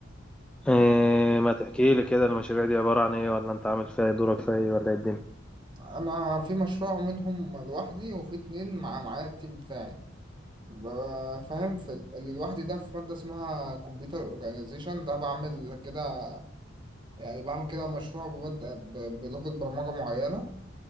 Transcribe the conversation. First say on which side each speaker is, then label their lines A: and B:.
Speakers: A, in the centre; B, on the right (about 25°).
A: إيه ما تحكي لي كده المشاريع دي عباره عن ايه ولا انت عامل فيها إيه؟ دورك فيها ايه ولا ايه الدنيا
B: انا في مشروع منهم لوحدي وفي اتنين مع معايا التيم بتاعي ب- فاهم في ال- اللي لوحدي ده في مادة اسمها كمبيوتر اورجانيزيشن ده بعمل كده يعني بعمل كده مشروع ببدأ ب- بلغة برمجة معينة